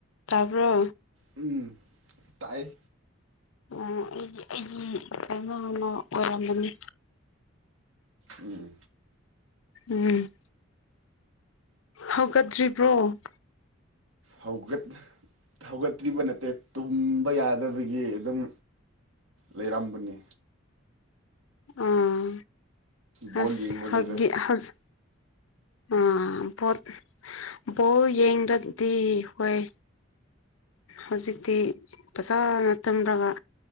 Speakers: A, on the left; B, on the right.
A: ꯇꯥꯕ꯭ꯔꯣ
B: ꯎꯝ ꯇꯥꯏ
A: ꯎꯝ ꯑꯩꯒꯤ ꯑꯩꯒꯤ <unintelligible> ꯑꯣꯏꯔꯝꯕꯅꯦ
B: ꯎꯝ
A: ꯎꯝ ꯍꯧꯒꯠꯇ꯭ꯔꯤꯕ꯭ꯔꯣ
B: ꯍꯧꯒꯠ ꯍꯧꯒꯠꯇ꯭ꯔꯤꯕ ꯅꯠꯇꯦ ꯇꯨꯝꯕ ꯌꯥꯗꯕꯒꯤ ꯑꯗꯨꯝ ꯂꯩꯔꯝꯕꯅꯤ
A: ꯑꯣ
B: ꯕꯣꯜ
A: ꯑꯁ
B: ꯌꯦꯡꯕꯗꯨꯗ
A: ꯍꯧꯒꯤ ꯍꯧꯖꯤꯛ ꯑꯥ ꯕꯣꯠ ꯕꯣꯜ ꯌꯦꯡꯗ꯭ꯔꯗꯤ ꯍꯣꯏ ꯍꯖꯤꯛꯇꯤ ꯐꯖꯥꯅ ꯇꯨꯝꯔꯒ